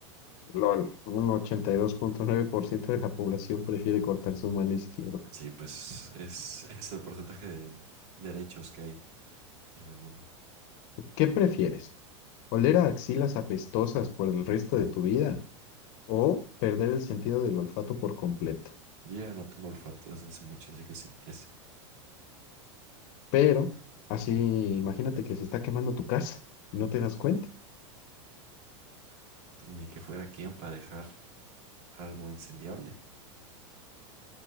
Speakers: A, on the left (about 50°); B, on the right (about 65°).
A: LOL, un ochenta y dos punto nueve por ciento de la población prefiere cortar su mano izquierda.
B: Sí, pues es, es el porcentaje de derechos que hay en el mundo.
A: ¿Qué prefieres? ¿Oler a axilas apestosas por el resto de tu vida o perder el sentido del olfato por completo?
B: Yo ya no tengo olfato desde hace mucho, así que sí, ese.
A: Pero así, imagínate que se está quemando tu casa y no te das cuenta.
B: <laughs> pues ni que fuera quien para dejar algo incendiable.